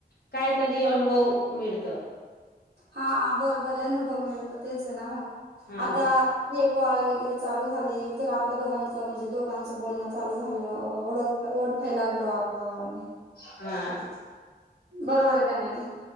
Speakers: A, on the left; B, on the right.
A: कायतरी अनुभव मिळत
B: हा बरबर अनुभव मिळतो तेच आहे ना मग
A: हा ना
B: आता कॉल वगैरे चालू झाले तर आपल्या दोघांचं म्हणजे दोघांचं बोलणं चालू झालं ओळख ओळखायला लागलो आपण
A: हा, <inaudible>
B: बरोबर आहे का नाही